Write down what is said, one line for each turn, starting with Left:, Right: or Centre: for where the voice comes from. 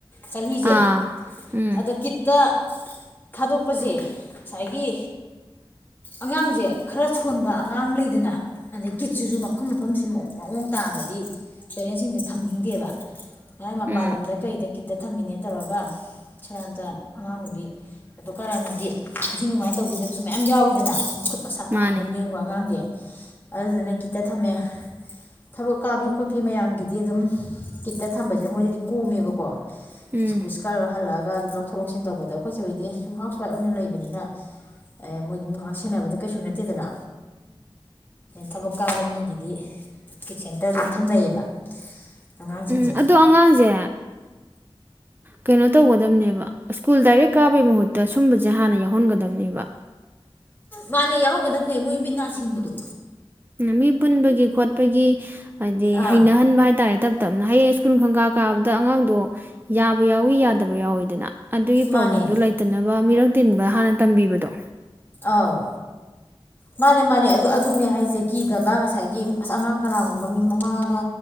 Left: ꯆꯍꯤꯁꯦ
Right: ꯑꯥ ꯎꯝ
Left: ꯑꯗꯣ ꯀꯤꯠꯇ ꯊꯥꯗꯣꯛꯄꯁꯦ ꯉꯁꯥꯏꯒꯤ ꯑꯉꯥꯡꯁꯦ ꯈꯔ ꯁꯣꯟꯕ ꯑꯉꯥꯡ ꯂꯩꯗꯅ ꯑꯗꯩ ꯀꯤꯠꯁꯤꯁꯨ ꯃꯐꯝ ꯃꯐꯝꯁꯦ ꯃꯑꯣꯡ ꯇꯥꯗꯗꯤ ꯄꯦꯔꯦꯟꯁꯤꯡꯗꯦ ꯊꯝꯅꯤꯡꯗꯦꯕ ꯑꯦ ꯃ ꯄꯜꯂꯝꯗ
Right: ꯎꯝ
Left: ꯀꯩꯗ ꯇ ꯊꯝꯃꯤꯅꯦ ꯇꯧꯔꯒ ꯁꯔꯝꯇ ꯑꯉꯥꯡ ꯅꯨꯕꯤ ꯑꯗꯨ ꯀꯔꯅꯗꯤ ꯅꯤꯡꯊꯤ ꯅꯨꯡꯉꯥꯏꯅ ꯇꯧꯕꯤꯗꯕꯁꯨ ꯃꯌꯥꯝ ꯌꯥꯎꯋꯤꯗꯅꯠ ꯃꯁꯥ ꯀꯥ
Right: ꯃꯥꯅꯦ
Left: ꯍꯦꯟꯅ ꯂꯦꯡꯕ ꯑꯉꯥꯡꯗꯤ ꯑꯗꯨꯅ ꯀꯇ ꯊꯝꯃꯦ ꯊꯕꯛ ꯀꯥꯕꯤ ꯈꯣꯠꯄꯤ ꯃꯌꯥꯝꯒꯤ ꯗꯤ ꯑꯗꯨꯝ ꯀꯤꯠꯇ ꯊꯝꯕꯁꯤꯅ ꯃꯣꯏꯗꯗꯤ ꯀꯣꯝꯃꯦꯕꯀꯣ
Right: ꯎꯝ
Left: ꯑ ꯄꯨꯁꯀꯔ ꯍꯜꯂ ꯒ ꯑꯗꯨꯝ ꯂꯧꯊꯣꯛ ꯂꯧꯁꯤꯟ ꯇꯧꯕꯗ ꯑꯩꯈꯣꯏꯁꯦ ꯍꯧꯗꯤ ꯁꯨꯝ ꯍꯥꯎꯁ ꯋꯥꯏꯐ ꯑꯣꯏꯅ ꯂꯩꯕꯅꯤꯅ ꯃꯣꯏꯗꯨꯝ ꯉꯥꯏꯍꯥꯛ ꯁꯦꯟꯅꯕꯗ ꯀꯩꯁꯨ ꯅꯠꯇꯦꯗꯅ ꯊꯕꯛ ꯀꯥꯕ ꯃꯤꯒꯤꯗꯤ ꯀꯤꯠ ꯁꯦꯟꯇꯔ ꯑꯗꯨꯝ ꯊꯝꯅꯩꯌꯦꯕ ꯑꯉꯥꯡꯁꯤꯡꯁꯦ
Right: ꯎꯝ ꯑꯗꯣ ꯑꯉꯥꯡꯁꯦ ꯀꯩꯅꯣ ꯇꯧꯒꯗꯝꯕꯅꯦꯕ ꯁ꯭ꯀꯨꯜ ꯗꯥꯏꯔꯦꯛ ꯀꯥꯕꯒꯤ ꯃꯍꯨꯠꯇ ꯁꯨꯝꯕꯁꯦ ꯍꯥꯟꯅ ꯌꯥꯎꯍꯟꯒꯗꯝꯕꯅꯦꯕ
Left: ꯃꯥꯅꯦ ꯌꯥꯎꯔꯝꯒꯗꯕꯅꯦ ꯃꯣꯏ ꯃꯤꯠ ꯅꯥ ꯁꯤꯡꯕꯗꯣ
Right: ꯃꯤ ꯄꯨꯟꯕꯒꯤ ꯈꯣꯠꯄꯒꯤ ꯍꯥꯏꯗꯤ
Left: ꯑꯥ
Right: ꯍꯩꯅꯍꯟꯕ ꯍꯥꯏꯇꯥꯔꯦꯞ ꯇꯞꯅ ꯍꯌꯦꯡ ꯁ꯭ꯀꯨꯜ ꯈꯪꯒꯥꯥ ꯀꯥꯕꯗ ꯑꯉꯥꯡꯗꯣ ꯌꯥꯕ ꯌꯥꯎꯋꯤ ꯌꯥꯗꯕ ꯌꯥꯎꯋꯤꯗꯅ ꯑꯗꯨꯒꯤ ꯄ꯭ꯔꯣꯕ꯭ꯂꯦꯝꯗꯨ
Left: ꯃꯥꯅꯦ
Right: ꯂꯩꯇꯅꯕ ꯃꯤꯔꯛ ꯇꯤꯟꯕ ꯍꯥꯟꯅ ꯇꯝꯕꯤꯕꯗꯣ
Left: ꯑꯧ ꯃꯥꯅꯦ ꯃꯥꯅꯦ ꯑꯗꯨ ꯑꯗꯨꯅꯦ ꯍꯥꯏꯁꯦ ꯀꯤꯗꯕ ꯉꯁꯥꯏꯒꯤ ꯑꯁ ꯑꯉꯥꯡ ꯀꯅꯥꯒꯨꯝꯕ ꯃꯤ ꯃꯃꯥꯒ